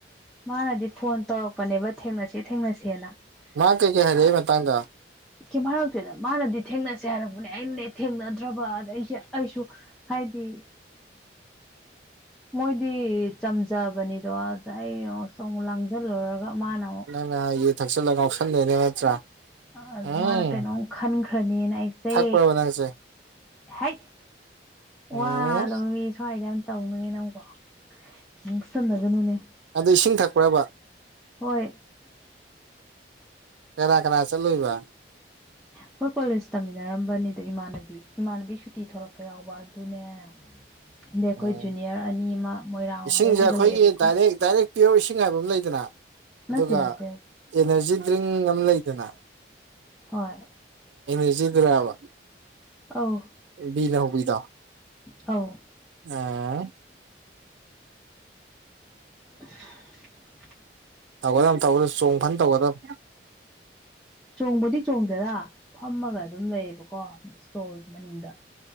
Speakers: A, in the centre; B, on the right (about 80°).
A: ꯃꯥꯅꯗꯤ ꯐꯣꯟ ꯇꯧꯔꯛꯄꯅꯦꯕ ꯊꯦꯡꯅꯁꯦ ꯊꯦꯡꯅꯁꯦꯅ
B: ꯃꯥ ꯀꯩꯀꯩ ꯍꯥꯏꯔꯛꯏ
A: ꯑ
B: ꯃꯇꯥꯡꯗ
A: ꯀ ꯃꯔꯛꯇꯨꯗ ꯃꯥꯅꯗꯤ ꯊꯦꯡꯅꯁꯦ ꯍꯥꯏꯔꯛꯄꯅꯦ ꯑꯩꯅꯅꯦ ꯊꯦꯡꯅꯗ꯭ꯔꯕ ꯑꯗ ꯑꯩꯁꯦ ꯑꯩꯁꯨ ꯍꯥꯏꯗꯤ ꯃꯣꯏꯗꯤ ꯆꯝꯖꯕꯅꯤꯗꯣ ꯑꯗ ꯑꯩ ꯁꯨꯝ ꯂꯥꯡꯁꯤꯜꯂꯨꯔꯒ ꯃꯥꯅ
B: ꯅꯪꯅ ꯍꯥꯏꯨ ꯊꯛꯆꯜꯂꯒ ꯉꯥꯎꯁꯟꯗꯣꯏꯅꯦ ꯅꯠꯇ꯭ꯔꯥ
A: ꯑ ꯑꯗꯨ
B: ꯎꯝ
A: ꯃꯥꯅ ꯀꯩꯅꯣꯝ ꯈꯟꯈ꯭ꯔꯅꯤꯅ ꯑꯩꯁꯦ
B: ꯊꯛꯄ꯭ꯔꯕ ꯅꯪꯁꯦ
A: ꯍꯦꯛ
B: ꯎꯝ
A: ꯋꯥꯗꯕ ꯃꯤ ꯁ꯭ꯋꯥꯏꯗ ꯌꯥꯝ ꯇꯧꯅꯨꯉ ꯅꯪꯀꯣ ꯅꯪ ꯁꯟꯅꯗꯅꯨꯅꯦ
B: ꯑꯗꯨ ꯏꯁꯤꯡ ꯊꯛꯄ꯭ꯔꯕ
A: ꯍꯣꯏ
B: ꯀꯦꯔꯥ ꯀꯦꯔꯥꯁꯦ ꯂꯣꯏꯕ
A: ꯑꯩꯈꯣꯏ ꯀꯣꯂꯦꯖ ꯇꯝꯃꯤꯟꯅꯔꯝꯕꯅꯤꯗ ꯏꯃꯥꯟꯅꯕꯤ ꯏꯃꯥꯟꯅꯕꯤ ꯁꯨꯇꯤ ꯊꯂꯛꯄ ꯌꯥꯎꯕ ꯑꯗꯨꯅꯦ ꯑꯗꯩ ꯑꯩꯈꯣꯏ
B: ꯎꯝ
A: ꯖꯨꯅꯤꯌꯔ ꯑꯅꯤ ꯑꯃ ꯃꯣꯏꯔꯥꯡ
B: ꯏꯁꯤꯡꯁꯦ
A: ꯂꯣꯝꯗ ꯍꯥꯏꯒꯠꯂꯛꯑꯦꯕꯀꯣ
B: ꯑꯩꯈꯣꯏꯒꯤ ꯗꯥꯏꯔꯦꯛ ꯗꯥꯏꯔꯦꯛ ꯄꯤꯌꯣ ꯏꯁꯤꯡ ꯍꯥꯏꯥꯏꯕ ꯑꯃ ꯂꯩꯗꯅ ꯑꯗꯨꯒ
A: ꯅꯠꯇꯦ ꯅꯠꯇꯦ ꯅꯠꯇꯦ
B: ꯑꯦꯅꯔꯖꯤ ꯗ꯭ꯔꯤꯡ ꯑꯃ ꯂꯩꯗꯅ
A: ꯍꯣꯏ
B: ꯏꯁꯤꯗꯨ꯭ꯔꯕ
A: ꯑꯧ
B: ꯕꯤ ꯂ ꯍꯧꯕꯤꯗꯣ
A: ꯑꯧ꯫
B: ꯎꯝ
A: <unintelligible>
B: ꯇꯧꯒꯗꯝ ꯇꯧꯒꯗꯝ ꯆꯣꯡ ꯐꯟ ꯇꯧꯒꯗꯝ꯫
A: ꯆꯣꯡꯕꯗꯤ ꯆꯣꯡꯗꯦꯗ ꯐꯝꯃꯒ ꯑꯗꯨꯝ ꯂꯩꯌꯦꯕ꯫ ꯀꯣ ꯏꯁ꯭ꯇꯣꯜ ꯃꯅꯤꯡꯗ